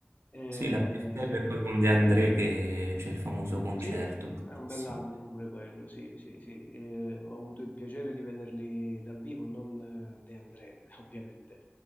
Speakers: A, on the left; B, on the right.
A: Eh,
B: Sì, la PFM e poi con De André che c'è il famoso concerto.
A: Sì,
B: bellissimo.
A: è un bell'album pure quello, sì, sì, sì. Eh, ho avuto il piacere di vederli dal vivo, non eh, De André, <laughs> ovviamente.